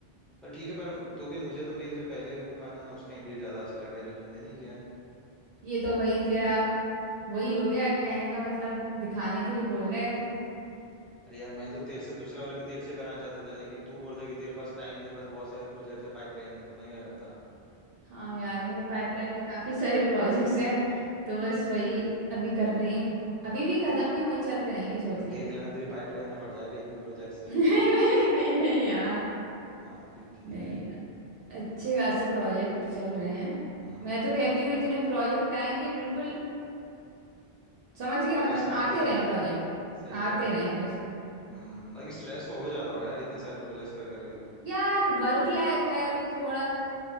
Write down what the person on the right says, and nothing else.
ये तो भाई तेरा वही हो गया कहने का मतलब दिखाने के लिए बोल रहा है तू
हाँ यार मेरे पाइपलाइन में काफ़ी सारे प्रोजेक्ट्स हैं तो बस वही अभी कर रही हूँ अभी भी ख़त्म नहीं हुए चल रहे हैं ये सोच ले
<laughs>
नहीं नहीं नहीं नहीं यार
नहीं
अच्छे खासे प्रोजेक्ट चल रहे हैं
मैं तो कहती हूँ इतने प्रोजेक्ट आए कि बिल्कुल समझ गया
मतलब
आते रहें
प्रोजेक्ट
आते
रहें बस
यार वर्क लाइफ है तो थोड़ा